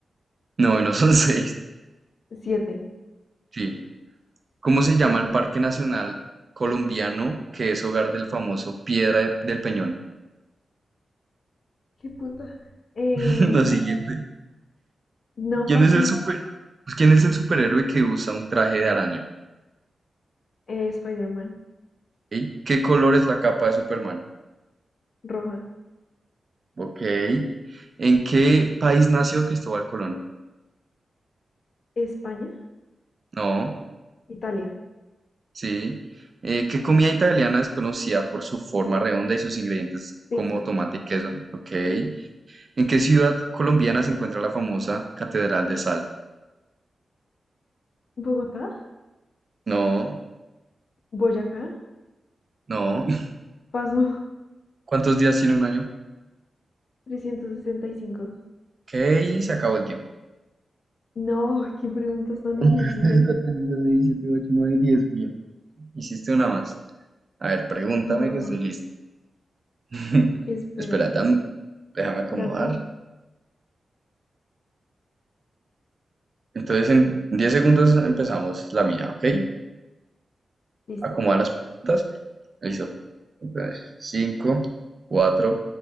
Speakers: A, on the right (about 40°); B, on the left (about 60°).
A: No, no son <laughs> seis.
B: Siete.
A: Sí. ¿Cómo se llama
B: Es
A: el
B: el.
A: Parque Nacional colombiano que es hogar del famoso Piedra de- del Peñón?
B: Qué puta. Eh,
A: <laughs> Lo siguiente.
B: no
A: ¿Quién
B: paso.
A: es el super... pues, ¿quién es el superhéroe que usa un traje de araña?
B: Eh, Spider-Man.
A: ¿Ok? ¿Qué color es la capa de Superman?
B: Roja.
A: Ok. ¿En qué país nació Cristóbal Colón?
B: España.
A: No.
B: Italia.
A: Sí. Eh, ¿qué comida italiana es conocida por su forma redonda y sus ingredientes
B: Pizza.
A: como tomate y queso? Ok. ¿En qué ciudad colombiana se encuentra la famosa Catedral de Sal?
B: Bogotá.
A: No.
B: Boyacá.
A: No. <laughs>
B: Paso.
A: ¿Cuántos días tiene un año?
B: 365.
A: Ok. Se acabó el tiempo.
B: No, qué preguntas tan difíciles.
A: Uno, 2, 3, 4, 5, 6, 7, 8, 9, diez, Bien. Hiciste una más. A ver, pregúntame
B: No,
A: que estoy listo. <laughs>
B: espérate.
A: Espera, tam- déjame acomodar.
B: Dame,
A: Entonces, en 10 segundos empezamos la mía, ¿ok?
B: listo.
A: Acomoda las preguntas. Listo. Entonces, cinco, cuatro,